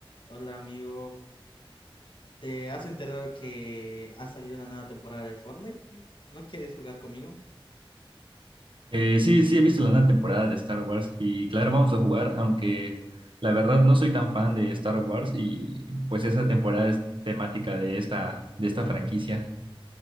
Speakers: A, on the left; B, on the right.
A: Hola amigo, ¿te has enterado que ha salido la nueva temporada de Fortnite? ¿No quieres jugar conmigo?
B: Eh, sí, sí, he visto la nueva temporada de Star Wars y claro, vamos a jugar, aunque la verdad no soy tan fan de Star Wars y pues esa temporada es temática de esta, de esta franquicia.